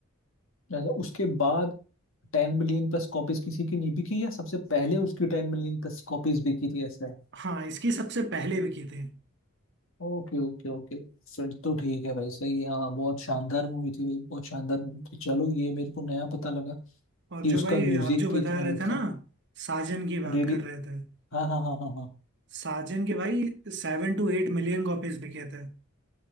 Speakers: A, on the left; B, on the right.
A: अगर उसके बाद टेन मिलियन प्लस कॉपीज किसी की नहीं बिकी या सबसे पहले उसकी टेन मिलियन प्लस कॉपीज बिकी थी ऐसा
B: हाँ इसकी सबसे पहले बिकी थी
A: ओके ओके ओके फिर तो ठीक है भाई सही है हाँ बहुत शानदार मूवी थी भाई बहुत शानदार मूवी थी चलो ये मेरे को नया पता लगा
B: और
A: कि
B: जो
A: उसका
B: भाई
A: म्यूजिक
B: आप जो
A: भी
B: बता
A: इतना
B: रहे
A: हिट
B: थे ना
A: था
B: साजन की बात
A: डीडी
B: कर रहे थे
A: हाँ हाँ हाँ हाँ हाँ
B: साजन के भाई seven to eight million copies बिके थे